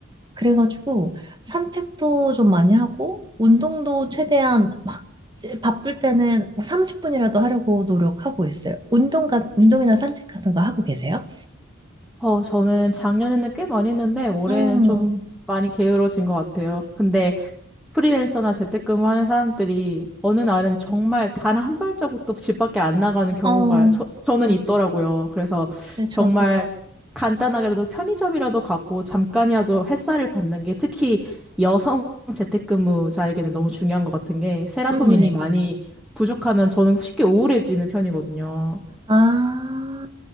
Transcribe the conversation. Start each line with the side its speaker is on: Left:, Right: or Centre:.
Right: 그래가지고 산책도 좀 많이 하고 운동도 최대한 막 바쁠 때는 30분이라도 하려고 노력하고 있어요. 운동가, 운동이나 산책 같은 거 하고 계세요?
Centre: 어, 저는 작년에는 꽤 많이 했는데 올해는
Right: 음,
Centre: 좀 많이 게으러진 것 같아요. 근데 프리랜서나 재택근무하는 사람들이 어느 날은 정말 단 한 발자국도 집 밖에 안 나가는 경우가
Right: 어,
Centre: 저, 저는 있더라고요. 그래서
Right: 네, 저도요.
Centre: 정말 간단하게라도 편의점이라도 가고 잠깐이라도 햇살을 받는 게 특히 여성 재택근무자에게는 너무 중요한 것 같은 게 세라토닌이
Right: 음, 네.
Centre: 많이 부족하면 저는 쉽게 우울해지는 편이거든요.
Right: 아,